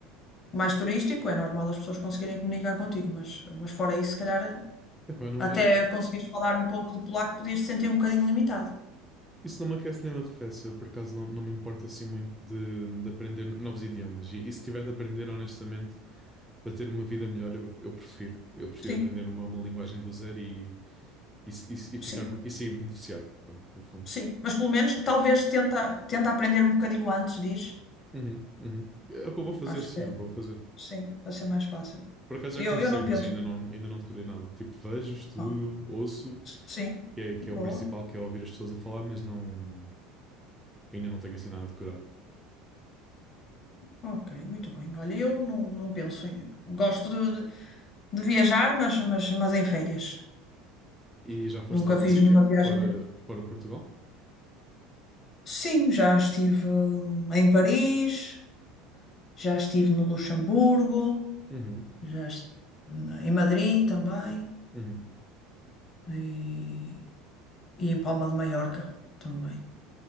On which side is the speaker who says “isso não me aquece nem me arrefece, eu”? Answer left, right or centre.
Centre